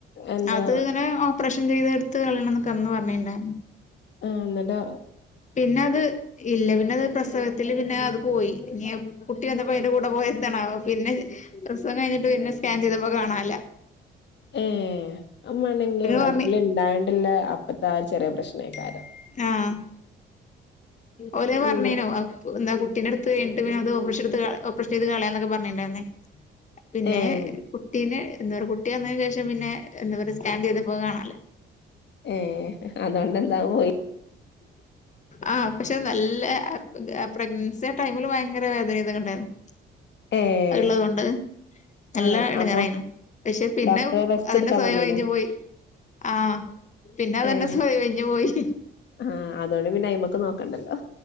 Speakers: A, on the left (about 60°); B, on the left (about 35°).
A: എന്താ
B: അത് ഇങ്ങനെ ഒപ് ഓപ്പറേഷൻ ചെയ്ത് എടുത്ത് കളയണന്നൊക്കെ അന്ന് പറഞ്ഞിണ്ടായിരുന്നു
A: ആഹ് എന്ന്ട്ടാ
B: പിന്നെ അത് ഇല്ല പിന്നെ അത് പ്രസവത്തില് പിന്നെ അത് പോയി ഇനിയെപ് കുട്ടി വന്നപ്പോ അയിന്റെ കൂടെ പോയ എന്താണാവോ പിന്നെ പ്രസവം കഴിഞ്ഞിട്ട് പിന്നെ സ്കാൻ ചെയ്തപ്പോ അത് കാണാനല്ല
A: ഏഹ് അത് മാണെങ്കി വയറ്റിൽ
B: പറഞ്ഞ്
A: ഇണ്ടായോണ്ട്ള്ള അപ്പത്തെ ആ ഒരു ചെറിയ പ്രശ്നായിക്കാരം
B: ആഹ് ഓലത് പറഞ്ഞീനു
A: പിന്നെ
B: അ എന്താ കുട്ടീൻ്റടുത്ത് അത് എട്ടുവേ ഓപ്പറേഷൻടു ഓപ്പറേഷൻ ചെയ്ത് കളയാന്നൊക്കെ പറഞ്ഞണ്ടായിരുന്നേ പിന്നെ
A: ഏഹ്
B: കു പിന്നെ എന്താ പറ കുട്ടി വന്നതിനു ശേഷം പിന്നെ എന്താ പറ സ്കാൻ ചെയ്ത് പോക കാണല്ലേ
A: ഏ അതുകൊണ്ടന്താ പോയി
B: ആഹ് പക്ഷെ നല്ല പ്രഗ്നൻസിയ ടൈമില് ഭയങ്കര വേദന ഇതൊക്കെ ഉണ്ടായിരുന്നു
A: ഏഹ്
B: ഇള്ളതൊണ്ട് നല്ല
A: ആഹ്
B: ഇടങ്ങറായിനു
A: അപ്പൊ
B: പക്ഷെ പിന്നെ
A: ഡോക്ടറെ റെസ്റ്റ്
B: അതന്നെ
A: എടുക്കാൻ
B: സ്വയം
A: പറഞ്ഞീനോ
B: ഒഴിഞ്ഞു പോയി ആഹ് പിന്നെ അതന്നെ
A: ഏഹ്
B: സോ കഴഞ്ഞഞ് പോയി
A: ആഹ് അതുകൊണ്ട് പിന്നെ അയിമേക്ക് നോക്കണ്ടല്ലോ